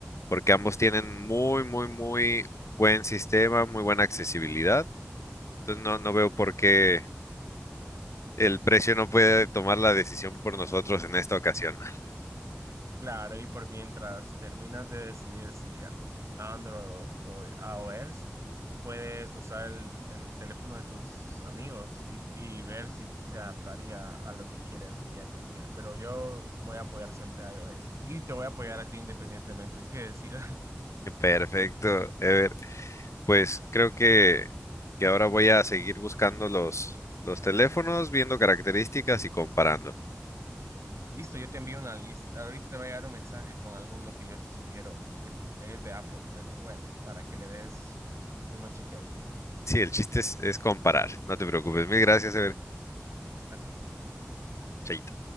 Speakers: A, on the left; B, on the right.
A: porque ambos tienen muy, muy, muy buen sistema, muy buena accesibilidad. Entonces no, no veo por qué el precio no puede tomar la decisión por nosotros en esta ocasión.
B: Claro, y por mientras terminas de decidir si a- Android o iOS, puedes usar el, el teléfono de tus amigos y, y ver si se adaptaría a lo que quieres día con día. Pero yo voy a apoyar siempre a iOS y te voy a apoyar a ti independientemente que decidas. <laughs>
A: <laughs> Perfecto, Ever. Pues creo que, que ahora voy a seguir buscando los, los teléfonos, viendo características y comparando.
B: Listo, yo te envío una lista. Ahorita te va a llegar un mensaje con alguno que yo te sugiero que es de Apple, pero bueno, para que le des una chequeadita
A: Sí, el chiste es, es comparar. No te preocupes. Mil gracias, Ever.
B: a ti.
A: Chaito.